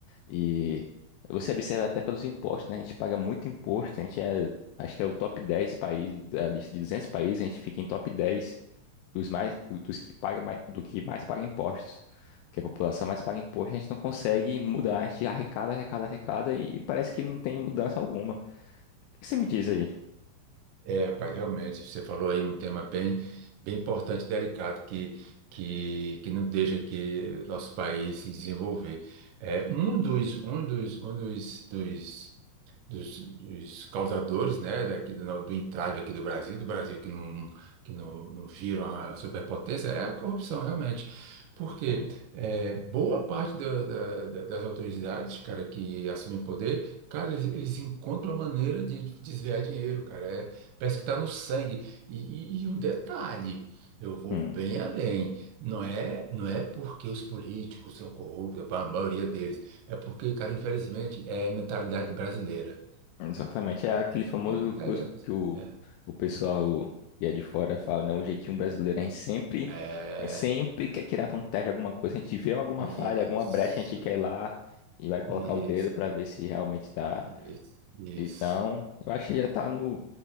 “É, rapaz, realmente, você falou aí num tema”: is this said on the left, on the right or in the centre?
Right